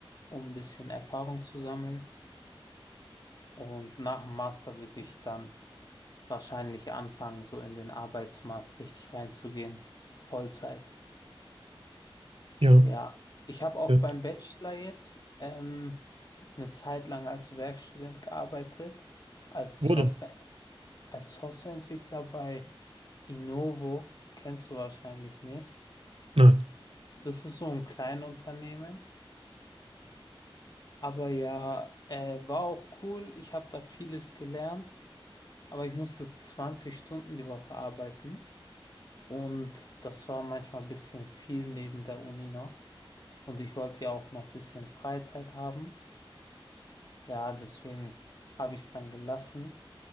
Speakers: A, on the left; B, on the right.
A: um ein bisschen Erfahrung zu sammeln. Und nach dem Master würde ich dann wahrscheinlich anfangen, so in den Arbeitsmarkt richtig reinzugehen, so Vollzeit.
B: ja,
A: Ja, ich habe auch
B: ja.
A: beim Bachelor jetzt ähm, eine Zeit lang als Werkstudent gearbeitet, als
B: Wurde?
A: Software, als Softwareentwickler bei Innovo, kennst du wahrscheinlich nicht.
B: Nein,
A: Das ist so ein Kleinunternehmen, aber ja, äh, war auch cool. Ich habe da vieles gelernt, aber ich musste 20 Stunden die Woche arbeiten und das war manchmal ein bisschen viel neben der Uni noch. Und ich wollte ja auch noch ein bisschen Freizeit haben. Ja, deswegen habe ich es dann gelassen.